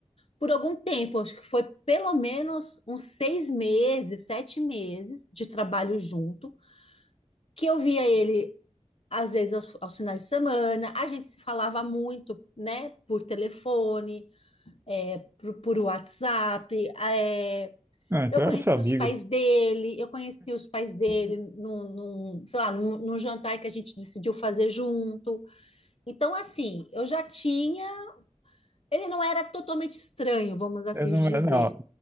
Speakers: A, on the left (about 55°); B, on the right (about 20°).
A: Por algum tempo, acho que foi pelo menos uns seis meses, sete meses de trabalho junto que eu via ele às vezes aos, aos finais de semana, a gente se falava muito, né, por telefone, por, por WhatsApp, é,
B: Ah, então
A: eu conheci
B: era seu amigo.
A: os pais dele, eu conheci os pais dele num, num, sei lá, num, num jantar que a gente decidiu fazer junto. Então, assim, eu já tinha. Ele não era totalmente estranho, vamos assim
B: Eu não,
A: dizer,
B: era- não,